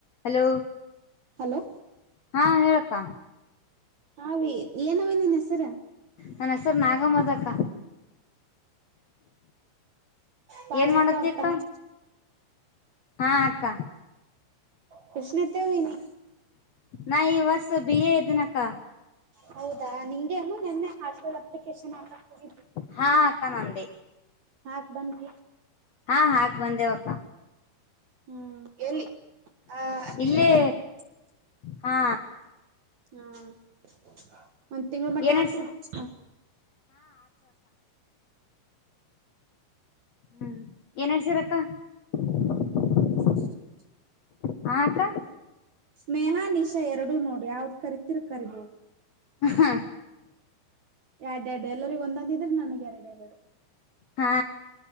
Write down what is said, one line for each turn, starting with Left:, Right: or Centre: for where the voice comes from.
Left: ಹಲೋ
Right: ಹಲೋ
Left: ಹಾಂ ಹೇಳಕ್ಕ
Right: ಹಾವಿ ಏನವಿ ನಿನ್ ಹೆಸರ
Left: ನನ್ ಹೆಸರು ನಾಗಮ್ಮದಕ್ಕ
Right: ಪಾರ್ವಕ್ಕ
Left: ಏನ್ ಮಾಡತಿ
Right: ಅವ್ರ
Left: ಅಕ್ಕ
Right: ಪಂಚ
Left: ಹಾ ಅಕ್ಕ
Right: ಕೃಷ್ಣತೆವಿನಿ
Left: ನಾ ಈ ವರ್ಷ ಬಿ ಎ ಇದೀನಕ್ಕ
Right: ಹೌದಾ ನಿಂಗೇನು ನಿನ್ನೆ ಹಾಸ್ಟೆಲ್ ಅಪ್ಲಿಕೇಶನ್ ಹಾಕಕ್ ಹೋಗಿದು
Left: ಹಾ ಅಕ್ಕ ನಂದೇ
Right: ಹಾ ಅಕ್ಕ
Left: ಹಾ ಹಾಕ್ ಬಂದೆವಕ್ಕ
Right: ಹೂ ಎಲ್ಲಿ <unintelligible> ಹ ಆಕಿ
Left: ಇಲ್ಲಿ
Right: ಇದ್ದಲ್ಲಿ <unintelligible>
Left: ಹಾ
Right: ಹಾ <unintelligible> ಒಂದ್ ತಿಂಗಳ ಮಟ
Left: ಏನಡ್ಸ
Right: ಆತರಿ <unintelligible>
Left: ಹೂ ಏನ್ಡ್ಸರಕ್ಕ <unintelligible>
Right: ಹ <unintelligible>
Left: ಹಾ ಅಕ್ಕ
Right: ಸ್ನೇಹ ನಿಶಾ ಎರಡು ನೋಡು ಯಾವ್ದ್ ಕರಿತಿರ್ ಕರಿಬೋದು
Left: ಹಾ
Right: ಎರಡ್ ಎರಡು ಎಲ್ಲರಿಗ ಒಂದೊಂದ ಇದ್ರೆ ನನಗೆ ಎರಡು ಎರಡು
Left: ಹಾ